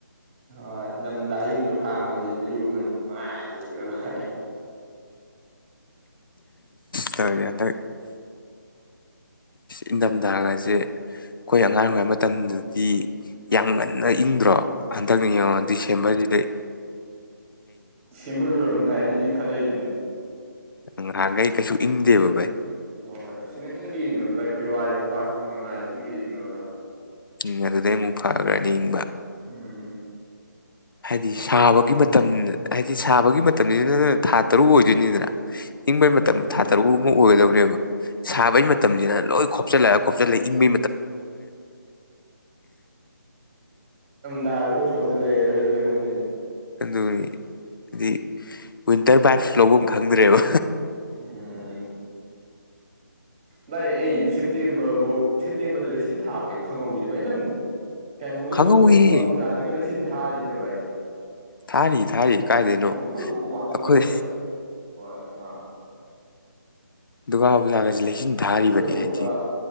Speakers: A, on the right (about 15°); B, on the left (about 85°).
A: ꯍꯣꯏ ꯏ ꯂꯝꯗ ꯑꯌꯤꯡꯕ ꯈꯥꯡꯕꯗꯤ ꯐꯩꯖꯨ ꯃꯅꯨꯡ ꯅꯨꯡꯉꯥꯏ ꯂꯩꯈ꯭ꯔ ꯂꯣꯏ
B: ꯇꯧꯦ ꯍꯟꯗꯛ ꯏꯪꯊꯝꯊꯥꯒꯁꯦ ꯑꯩꯈꯣꯏ ꯑꯉꯥꯡ ꯑꯣꯏꯔꯤꯉꯩ ꯃꯇꯝꯗꯗꯤ ꯌꯥꯝ ꯉꯟꯅ ꯏꯪꯗ꯭ꯔꯣ ꯍꯟꯗꯛ ꯌꯦꯡꯉꯣ ꯗꯤꯁꯦꯝꯕꯔꯁꯤꯗꯩ
A: ꯁꯤꯝꯕꯜꯂꯨꯔꯝ ꯥꯏꯖꯗꯤ ꯈꯜꯂꯛꯏꯅꯤ
B: ꯅꯍꯥꯟꯈꯩ ꯀꯩꯁꯨ ꯏꯪꯗꯦꯕ
A: ꯑꯁꯤꯅ
B: ꯚꯥꯏ
A: ꯍꯣꯏ ꯍꯣꯏ ꯑꯁꯤꯅ ꯏꯪꯒꯦ ꯌꯦꯡꯉ ꯑꯗꯨꯥꯏ ꯐꯦꯕꯋꯥꯔꯤ ꯐꯥꯔꯁ ꯋꯤꯛ ꯃꯉꯥꯗ ꯏꯪꯒꯤ ꯏꯪꯗ
B: ꯎ ꯑꯗꯨꯗꯩ ꯑꯃꯨꯛ ꯐꯈ꯭ꯔꯅꯤ ꯏꯪꯕ
A: ꯎꯝ
B: ꯍꯥꯏꯗꯤ ꯁꯥꯕꯒꯤ ꯃꯇꯝ ꯍꯥꯏꯗꯤ ꯁꯥꯕꯒꯤ ꯃꯇꯝꯁꯤꯗ ꯅ ꯊꯥ ꯇꯔꯨꯛ ꯑꯣꯏꯗꯣꯏꯅꯤꯗꯅ ꯏꯪꯕꯩ ꯃꯇꯝ
A: ꯎꯝ
B: ꯊꯥ ꯇꯔꯨꯛꯨ ꯑꯣꯏꯒꯗꯧꯅꯤ ꯐꯕ ꯁꯥꯕꯩ ꯃꯇꯝꯁꯤꯅ ꯂꯣꯏ ꯈꯣꯞꯆꯜꯂ ꯈꯣꯞꯆꯜꯂ ꯏꯪꯕ
A: ꯗꯥꯗ ꯈꯨ ꯄꯟꯗꯂ ꯂꯩꯔꯔꯣꯏꯗ꯭ꯔ ꯈꯪꯗꯦꯅꯦ
B: ꯑꯗꯨ ꯍꯥꯏꯗꯤ ꯋꯤꯟꯇꯔ ꯕꯥꯏꯞꯁꯨ ꯂꯧꯕꯝ ꯈꯪꯗ꯭ꯔꯦꯕ
A: ꯑꯣ ꯚꯥꯏ ꯑꯩ ꯁꯦꯞꯇꯦꯝꯕꯔ ꯐꯧ ꯁꯦꯞꯇꯦꯝꯕꯔꯗ ꯂꯤꯁꯤꯡ ꯊꯥꯕ ꯑꯩ ꯈꯪꯍꯧꯋꯁꯦ ꯚꯥꯏ ꯅꯪ ꯀꯩꯅꯣꯒꯗꯣ
B: ꯈꯪꯍꯧꯋꯤꯍꯦ
A: ꯗꯨꯒꯥ ꯄꯨꯖꯥꯗꯒ ꯂ ꯁꯤꯟ ꯊꯥꯔꯤꯗ ꯥꯚꯥꯏ꯫
B: ꯊꯥꯔꯤ ꯊꯥꯔꯤ ꯀꯥꯏꯗꯣꯏꯅꯣ
A: ꯑꯩꯈꯣꯏꯕꯣꯛꯀ ꯋꯥꯛꯀꯤꯡ
B: ꯑꯩꯈꯣꯏ
A: ꯆꯠꯄꯗ ꯍꯣꯏ ꯑꯃ
B: ꯗꯨꯒꯥ ꯄꯨꯖꯥꯒꯁꯤ ꯂꯩꯁꯤꯟ ꯊꯥꯔꯤꯕꯅꯤ
A: ꯑꯩꯈꯣꯏꯕꯣꯛꯀ
B: ꯍꯥꯏꯗꯤ